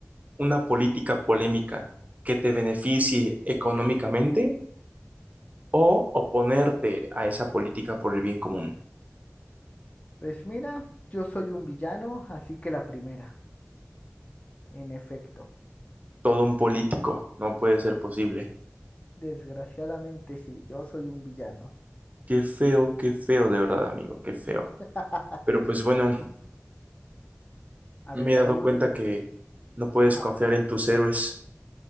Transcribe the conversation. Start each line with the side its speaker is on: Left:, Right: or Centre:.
Right: una política polémica que te beneficie económicamente o oponerte a esa política por el bien común?
Left: Pues mira, yo soy un villano, así que la primera, en efecto.
Right: Todo un político, no puede ser posible.
Left: Desgraciadamente sí, yo soy un villano.
Right: Qué feo, qué feo, de verdad, amigo, qué feo.
Left: <laughs>
Right: Pero pues bueno,
Left: A
Right: me
Left: ver,
Right: he
Left: Raúl.
Right: dado cuenta que no puedes
Left: Ajá,
Right: confiar en tus héroes.